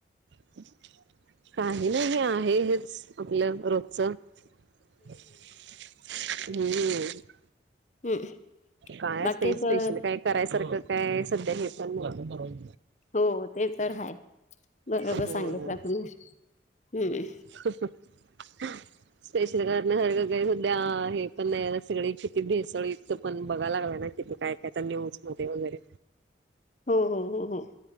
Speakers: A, on the right (about 75°); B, on the left (about 40°).
A: <inaudible> नाही नाही आहे हेच आपल्या रोजचं. हम्म हम्म.
B: हम्म
A: काय
B: बाकी
A: असते तेच स्पेशल
B: तर
A: काय करायसारखं काय सध्या हे पण नाही.
B: हो ते तर हाय बरोबर
A: हो.
B: सांगितलं तुम्ही हम्म.
A: <inaudible> स्पेशल करण्यासारखा काय सुद्ध्या हे पण नाही सगळी चिती भेसळीतच पण बघाय लागला ना किती काय त्याच्या न्यूजमध्ये वगैरे
B: हो हो हो हो.